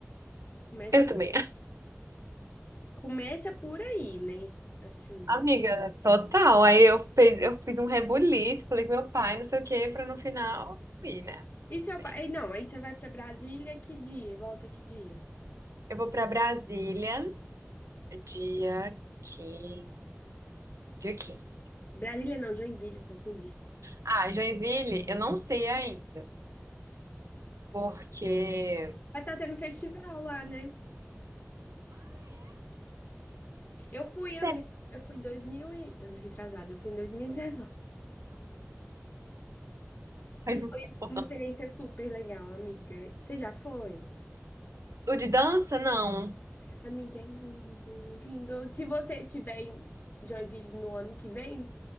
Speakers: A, on the left; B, on the right.
A: Começa,
B: Eu também.
A: começa por aí, né? Assim.
B: Amiga, total. Aí eu fiz, eu fiz um rebuliço, falei com meu pai, não sei o quê, pra no final ir, né?
A: E seu
B: Bem,
A: pai? aí Não, aí você vai pra Brasília, que dia? E Volta que dia?
B: eu vou pra Brasília dia 15. Dia quinze
A: Brasília não, Joinville, eu confundi.
B: Ah, Joinville, eu não sei ainda. Porque.
A: Vai estar tendo festival lá, né? Eu fui ano,
B: Sério,
A: re- eu fui 2000 e ano retrasado, eu fui em 2019. E dezenove.
B: Faz
A: E foi
B: um tempo.
A: uma experiência super legal, amiga. Você já foi?
B: O de dança, não.
A: Amiga, é lindo, lindo. Se você tiver em Joinville no ano que vem,